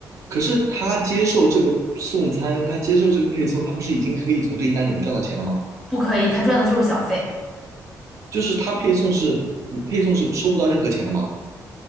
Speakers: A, on the right; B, in the centre.
A: 可是他接受这个送餐，他接受这个配送，他不是已经可以从这一单里面赚到钱了吗？
B: 不可以，他赚的就是小费。
A: 就是他配送是配送是收不到任何钱的吗？